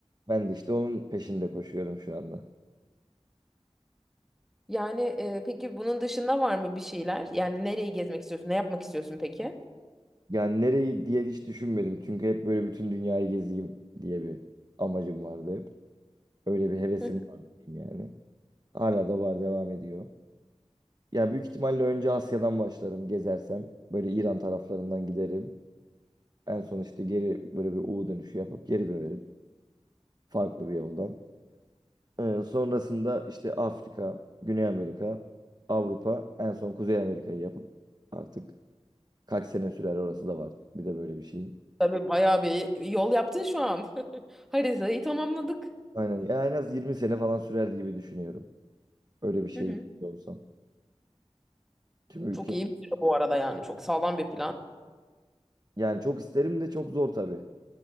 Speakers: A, on the right; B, in the centre.
A: ben de işte onun peşinde koşuyorum şu anda.
B: Yani e, peki bunun dışında var mı bir şeyler? Yani nereyi gezmek istiyorsun? Ne yapmak istiyorsun peki?
A: Yani nereyi diye hiç düşünmedim çünkü hep böyle bütün dünyayı gezeyim diye bir amacım vardı hep. Öyle bir hevesim
B: Hı.
A: var diyeyim yani. Hala da var devam ediyor. Ya büyük ihtimalle önce Asya'dan başlarım gezersem. Böyle İran taraflarından giderim. En son işte geri böyle bir U dönüşü yapıp geri dönerim. Farklı bir yoldan. Ee, sonrasında işte Afrika, Güney Amerika, Avrupa, en son Kuzey Amerika'yı yapıp artık kaç sene sürer orası da var. Bir de böyle bir şeyin.
B: Tabii bayağı bir yol yaptın şu an. <laughs> Haritayı tamamladık.
A: Aynen. Ya en az 20 sene falan sürer gibi düşünüyorum. Öyle bir şey
B: Hı hı.
A: olsam. Tüm ülke.
B: Çok iyi bir şey bu arada yani. Çok sağlam bir plan.
A: Yani çok isterim de çok zor tabii.